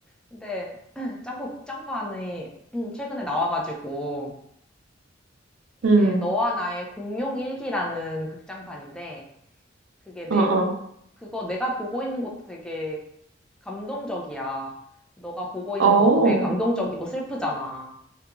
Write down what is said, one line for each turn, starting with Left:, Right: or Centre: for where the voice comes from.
Centre: 근데, <clears throat> 짱구 극장판이 <clears throat> 최근에 나와가지고, 이게
Right: 응,
Centre: 너와 나의 공룡 일기라는 극장판인데, 그게 내용,
Right: 어, 어.
Centre: 그거 내가 보고 있는 것도 되게 감동적이야. 너가 보고
Right: 어,
Centre: 있는 것도 되게 감동적이고 슬프잖아.